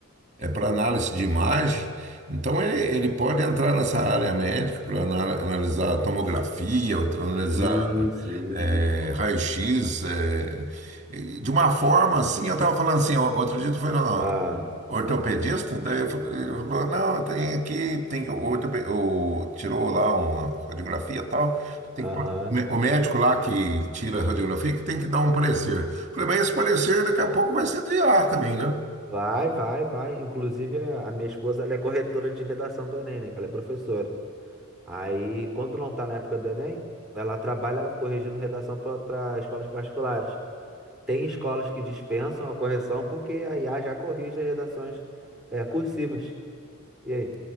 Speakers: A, on the right (about 35°); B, in the centre.
A: é para análise de imagem. Então ele, ele pode entrar nessa área médica para ana- analisar tomografia, ou t- analisar
B: Isso, isso.
A: é, raio-x, é, e de uma forma assim. Eu estava falando assim, o- outro dia tu foi no
B: Ah,
A: ortopedista, daí eu fa- ele falou, não, tem aqui, tem que- o, ortope- o- tirou lá uma radiografia e tal. Tem
B: aham.
A: que, o médico lá que tira a radiografia que tem que dar um parecer. Eu Falei, mas esse parecer daqui a pouco vai ser de ar também, né?
B: Vai, vai, vai. Inclusive, a, a minha esposa, ela é corretora de redação do Enem, né? Que ela é professora. Aí, quando não tá na época do Enem, ela trabalha corrigindo redação para escolas particulares. Tem escolas que dispensam a correção porque a IA já corrige as redações, é, cursivas. E aí?